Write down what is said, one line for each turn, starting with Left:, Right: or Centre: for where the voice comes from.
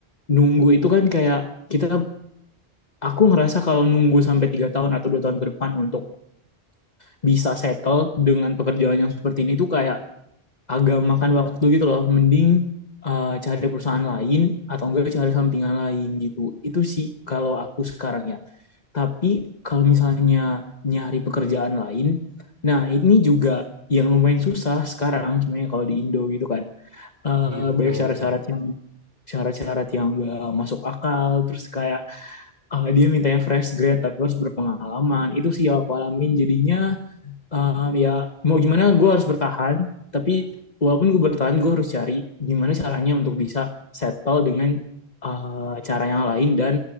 Left: nunggu itu kan kayak kita aku ngerasa kalau nunggu sampai tiga tahun atau dua tahun ke depan untuk bisa settle dengan pekerjaan yang seperti ini tuh kayak agak makan waktu gitu loh. Mending eh, cari perusahaan lain atau enggak cari sampingan lain gitu. Itu sih kalau aku sekarang ya. Tapi kalau misalnya nyari pekerjaan lain, nah ini juga yang lumayan susah sekarang sebenarnya kalau di Indo gitu kan. Eh,
Right: iya betul,
Left: banyak syarat-syarat
Right: betul.
Left: yang syarat-syarat yang enggak masuk akal terus kayak eh, dia mintanya fresh grade tapi harus berpengalaman itu sih yang aku alamin jadinya Em, ya mau gimana gue harus bertahan tapi walaupun gue bertahan gue harus cari gimana caranya untuk bisa settle dengan eh, cara yang lain dan